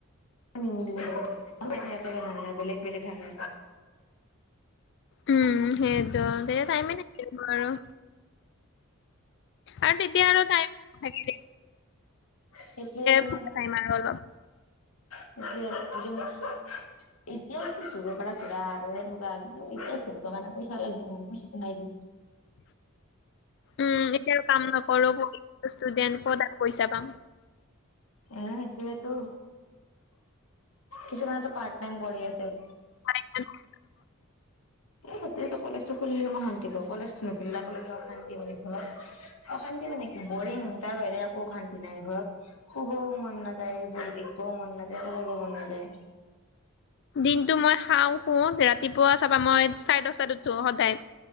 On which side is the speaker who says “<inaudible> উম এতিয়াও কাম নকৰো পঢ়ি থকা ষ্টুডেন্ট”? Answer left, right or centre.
Left